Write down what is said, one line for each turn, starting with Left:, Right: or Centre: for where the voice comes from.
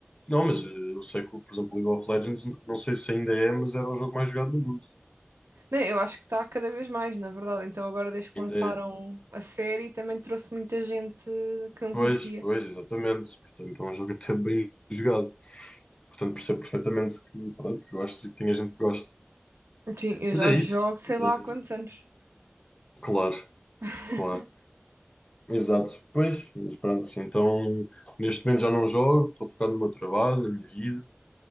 Left: Não, mas eh, eu sei que, por exemplo, League of Legends, n- não sei se ainda é, mas era o jogo mais jogado do mundo.
Right: <laughs> Nem, eu acho que está cada vez mais, na verdade. Então, agora, desde que
Left: Ainda
Right: lançaram
Left: é.
Right: a série, também trouxe muita gente que não
Left: Pois,
Right: conhecia.
Left: pois, exatamente. Portanto, é um jogo até bem jogado. Portanto, percebo perfeitamente que, pronto, que gostes e que tenha gente que gosta.
Right: Sim, eu
Left: Mas
Right: já
Left: é isso.
Right: jogo sei lá
Left: Eh,
Right: há quantos anos.
Left: Claro,
Right: <laughs>
Left: claro. Exato. Pois, mas pronto. Então, neste momento já não jogo, estou focado no meu trabalho, na minha vida